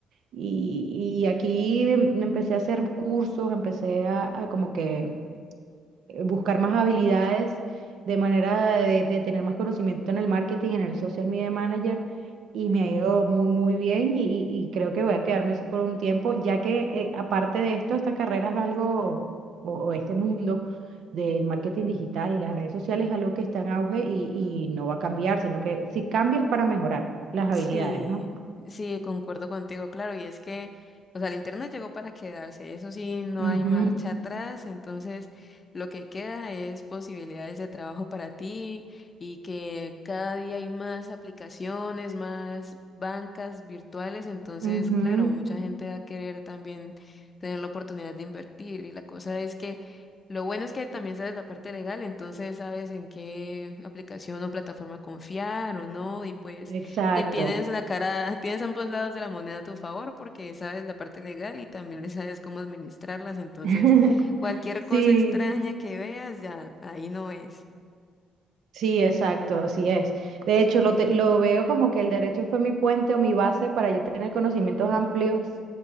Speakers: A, on the right (about 70°); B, on the left (about 35°).
A: y, y aquí em- me empecé a hacer cursos, empecé a, a como que eh, buscar más habilidades de manera de, de tener más conocimiento en el marketing, en el social media manager, y me ha ido muy, muy bien y, y- y creo que voy a quedarme así por un tiempo, ya que eh, aparte de esto, esta carrera es algo, o, o este mundo del marketing digital y las redes sociales es algo que está en auge y, y no va a cambiar, sino que si cambias para mejorar las
B: Sí,
A: habilidades, ¿no?
B: sí, concuerdo contigo, claro, y es que, o sea, el internet llegó para quedarse, eso sí, no
A: Ujú,
B: hay marcha atrás, entonces lo que queda es posibilidades de trabajo para ti y que cada día hay más aplicaciones, más bancas virtuales, entonces,
A: ujú.
B: claro, mucha gente va a querer también tener la oportunidad de invertir y la cosa es que lo bueno es que también sabes la parte legal, entonces sabes en qué aplicación o plataforma confiar o no, y pues
A: Exacto.
B: que tienes la cara, tienes ambos lados de la moneda a tu favor porque sabes la parte legal y también le sabes cómo administrarlas. Entonces,
A: <laughs>
B: cualquier cosa
A: Sí,
B: extraña que veas, ya ahí no es.
A: sí, exacto, así es. De hecho, lo, te- lo veo como que el derecho fue mi puente o mi base para yo tener conocimientos amplios